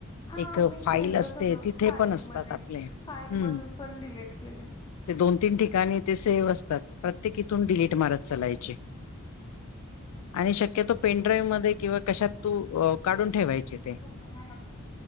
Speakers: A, on the left (about 20°); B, on the left (about 80°).
A: हा
B: एक
A: मी
B: फाईल
A: केलं
B: असते
A: सगळं
B: तिथे
A: फाईलमध्ये
B: पण असतात आपले हम्म
A: फाईलमधून पण डिलीट केले.
B: ते दोन तीन ठिकाणी ते सेव्ह असतात. प्रत्येक इथुन डिलीट मारत चलायचे आणि शक्य क्य तो पेनड्राईव्ह मध्ये किंवा कशात तू अ काढून ठेवायचे. ते.
A: हो हा